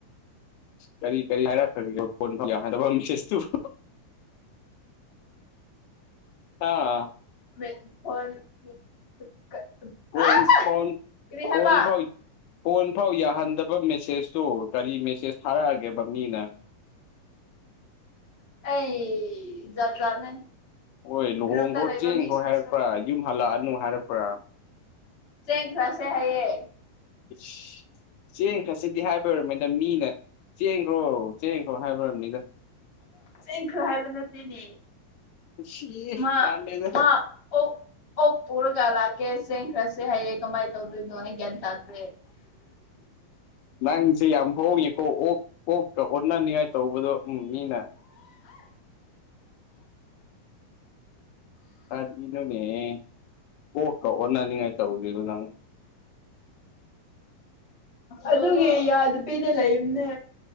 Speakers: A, on the left (about 80°); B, on the left (about 35°).
A: ꯀꯔꯤ ꯀꯔꯤ ꯍꯥꯏꯔꯛꯈꯔꯒꯦꯕ ꯐꯣꯟ ꯌꯥꯍꯟꯗꯕ ꯃꯦꯁꯦꯖ ꯇꯨꯕꯨ
B: <inaudible>
A: ꯑꯥ
B: <inaudible>
A: ꯐꯣꯟ
B: ꯑꯁ
A: ꯐꯣꯟ
B: ꯀꯔꯤ ꯍꯥꯏꯕ
A: ꯐꯣꯟ ꯐꯥꯎ ꯐꯣꯟ ꯐꯥꯎ ꯌꯥꯍꯟꯗꯕ ꯃꯦꯁꯦꯖꯇꯨ ꯀꯔꯤ ꯃꯦꯁꯦꯁ ꯊꯥꯔꯛꯑꯒꯦꯕ ꯃꯤꯅ
B: ꯑꯩ ꯖꯥꯠ ꯖꯥꯠꯅꯦ
A: ꯍꯣꯏ ꯂꯨꯍꯣꯡꯈ꯭ꯔꯣ
B: ꯒ꯭ꯔꯨꯞꯇ ꯂꯩꯕ
A: ꯆꯦꯟꯒ꯭ꯔꯣ
B: ꯃꯤꯁꯤꯡꯁꯨ
A: ꯍꯥꯏꯔꯛꯄ꯭ꯔꯥ ꯌꯨꯝ ꯍꯜꯂꯛꯑꯅꯨ ꯍꯥꯏꯔꯛꯄ꯭ꯔꯥ
B: ꯆꯦꯟ ꯈ꯭ꯔꯥꯁꯦ ꯍꯥꯏꯌꯦ
A: ꯏꯁ ꯆꯦꯡ ꯈ꯭ꯔꯁꯤꯗꯤ ꯍꯥꯏꯕ ꯑꯣꯏꯔꯝꯃꯣꯏꯗ ꯃꯤꯅ ꯆꯦꯡꯈ꯭ꯔꯣ ꯆꯦꯡꯈ꯭ꯔꯣ ꯍꯥꯏꯕ ꯑꯣꯏꯝꯅꯤꯗ
B: ꯆꯩꯟ ꯈ꯭ꯔꯣ ꯍꯥꯏꯕ ꯅꯠꯇꯦꯅꯦ
A: ꯁꯤ
B: ꯃꯥ
A: ꯃꯥꯟꯗꯦꯗ
B: ꯃꯥ ꯑꯣꯛ ꯑꯣꯛ ꯄꯨꯔꯒꯂꯥꯛꯀꯦ ꯁꯦꯡꯈꯔꯁ ꯍꯥꯏꯌꯦ ꯀꯃꯥꯏ ꯇꯧꯗꯣꯏꯅꯣ ꯑꯩ ꯒꯌꯥꯟ ꯇꯥꯗꯔꯦ
A: ꯅꯪꯁꯦ ꯌꯥꯝ ꯍꯣꯡꯉꯤꯀꯣ ꯑꯣꯛ ꯑꯣꯛꯀ ꯑꯣꯟꯅꯅꯤꯍꯥꯏ ꯇꯧꯕꯗꯣ ꯎꯝ ꯃꯤꯅ ꯀꯔꯤꯅꯣꯅꯦꯍꯦ ꯑꯣꯛꯀ ꯑꯣꯟꯅꯅꯤꯡꯉꯥꯏ ꯇꯧꯔꯤꯗꯣ ꯅꯪ
B: ꯑꯗꯨꯒꯤ ꯌꯥꯗꯕꯤꯗ ꯂꯩꯃꯅꯦ